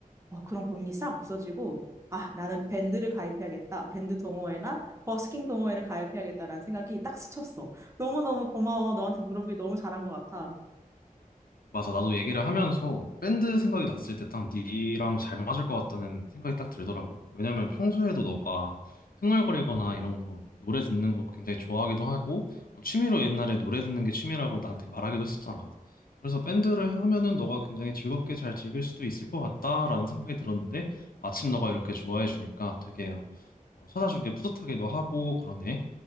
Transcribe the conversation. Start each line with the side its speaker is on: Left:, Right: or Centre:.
Right: 어, 그런 고민이 싹 없어지고, 아, 나는 밴드를 가입해야겠다. 밴드 동호회나 버스킹 동호회를 가입해야겠다라는 생각이 딱 스쳤어. 너무너무 고마워. 너한테 물어보기 너무 잘한 것 같아.
Left: 맞아. 나도 얘기를 하면서 밴드 생각이 났을 때 딱 니랑 잘 맞을 것 같다는 생각이 딱 들더라고. 왜냐면 평소에도 너가 흥얼거리거나 이런 거, 노래 듣는 거 굉장히 좋아하기도 하고, 어, 취미로 옛날에 노래 듣는 게 취미라고 나한테 말하기도 했었잖아. 그래서 밴드를 하면은 너가 굉장히 즐겁게 잘 즐길 수도 있을 것 같다라는 생각이 들었는데, 마침 너가 이렇게 좋아해 주니까 되게 어, 어, 찾아준 게 뿌듯하기도 하고 그러네.